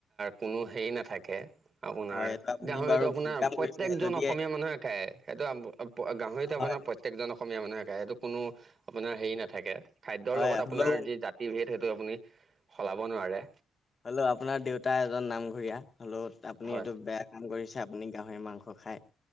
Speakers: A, on the right (about 45°); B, on the left (about 35°).
A: কোনো হেৰি নাথাকে। আপোনাৰ
B: হয়, এইটো আপুনি
A: গাহৰিটো
B: বাৰু
A: আপোনাৰ
B: ভুল কাম
A: প্ৰত্যেকজন
B: কৰিছে যদি
A: অসমীয়া
B: হয়,
A: মানুহে খায়, সেইটো গাহৰিটো
B: হয়,
A: আপোনাৰ প্ৰত্যেকজন অসমীয়া মানুহে খাই, সেইটো কোনো আপোনাৰ হেৰি নাথাকে খাদ্যৰ
B: হয়,
A: লগত আপোনাৰ
B: হ'লেও
A: যি জাতি ভেদ, সেইটো আপুনি সলাব নোৱাৰে।
B: হলেও আপোনাৰ দেউতা এজন নামঘৰীয়া, হলো আপুনি
A: হয়
B: এইটো বেয়া কাম কৰিছে আপুনি গাহৰি মাংস খাই।